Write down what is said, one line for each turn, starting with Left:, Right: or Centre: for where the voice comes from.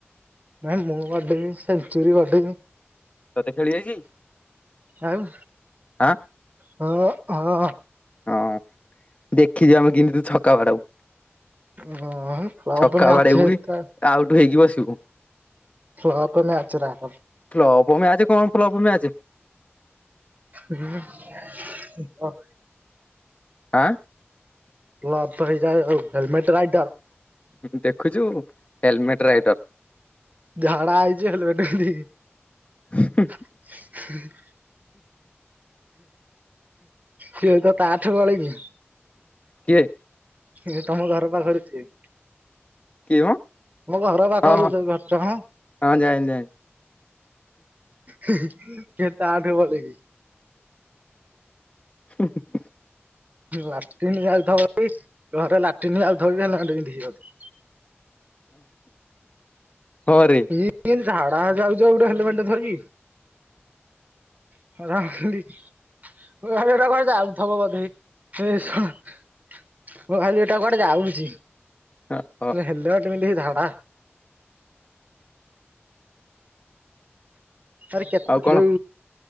Right: ନାଇଁ ମୁଁ ବାଡ଼େଇବି ସେଞ୍ଚୁରି ବାଡେଇବି।
Left: ତତେ ଖେଳିବେ କି?
Right: ଆଉ?
Left: ହାଁ?
Right: ହଁ ହଁ।
Left: ହଁ ଦେଖିଛ ଆମେ କେମତି ତୁ ଛକା ବାଡାଉ।
Right: ହଁ ଫ୍ଲପ
Left: ଛକା
Right: ମ୍ୟାଚ୍
Left: ବାଡେଇକୁ
Right: ହେଇଥା
Left: କି ଆଉଠୁ ହେଇକି ବସିବୁ।
Right: <unintelligible> ମ୍ୟାଚ ରାର
Left: ଫ୍ଲପ ମ୍ୟାଚ କଣ ଫ୍ଲପ ମ୍ୟାଚ।
Right: ହୁଁ।
Left: ଆଁ।
Right: ପ୍ଲପ ହେଇଯାଏ ଆଉ ହେଲମେଟ ଭାଇଡର
Left: ଦେଖୁଚୁ ହେଲମେଟ ରାଇଡର।
Right: ଝଗଡା ହେଇଚି ହେଲମେଟ ପିନ୍ଧିକି।
Left: <inaudible>
Right: <inaudible> ସିଏ ତ ତାଠୁ ବଳେ କି।
Left: କିଏ?
Right: ଏ ତମ ଘର ପାଖରୁ ଯିଏ।
Left: କିଏ ମ
Right: ମୋ ଘର ପାଖରୁ
Left: ହଁ ହଁ
Right: ସେ ଘର ଟା ହଁ
Left: ହଁ ଜାଇଁଲି ଜାଇଁଲି
Right: ସେ ତାଠୁ ବଳି କି।
Left: <inaudible>
Right: ଲାଟିନ ଯାଉଥିବ ଯଦି ଘରେ ଲାଟିନ ଯାଉଥିବ ହେଲେମେଟେ ପିନ୍ଦିକି ଯାଉ <inaudible>
Left: ହଁ ରେ।
Right: ଟିନ ଝାଡ଼ା ଯାଉଚ ଗୋଟେ ହେଲେମେଟ୍ ଧରିକି। <unintelligible> ମୁଁ ଭାବିଲି ଏଟା କୁଆଡେ଼ ଯାଉଥିବ ବୋଧେ। ଏ ଶଳା। ମୁଁ ଭାଇଲି ଏଟା କୁଆଡେ ଯାଉଚି?
Left: ହଁ
Right: ହେଲେମେଟ୍ ପିନ୍ଧି କି ଝାଡ଼ା ଆରେ କେତେ
Left: ଆଉ କଣ
Right: ଯଉ